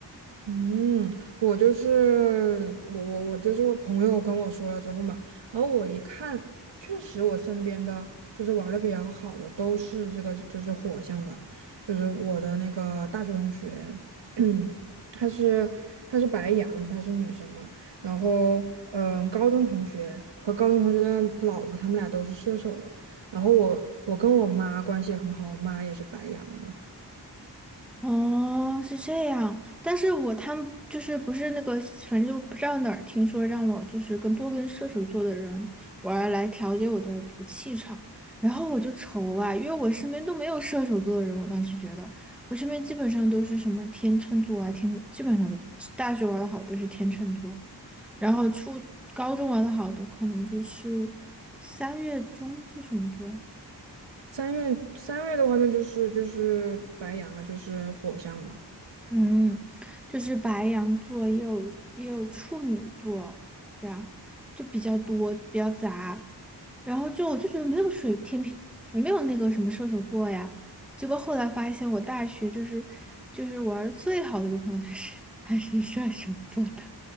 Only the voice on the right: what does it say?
嗯，我就是我我我就是我朋友跟我说了之后嘛，然后我一看，确实我身边的就是玩的比较好的都是这个就是火象的，就是我的那个大学同学，<clears throat> 她是她是白羊的，她是女生嘛，然后嗯，高中同学和高中同学的老婆，他们俩都是射手的，然后我我跟我妈关系也很好，我妈也是白羊的。
三月三月的话，那就是就是白羊啊，就是火象嘛。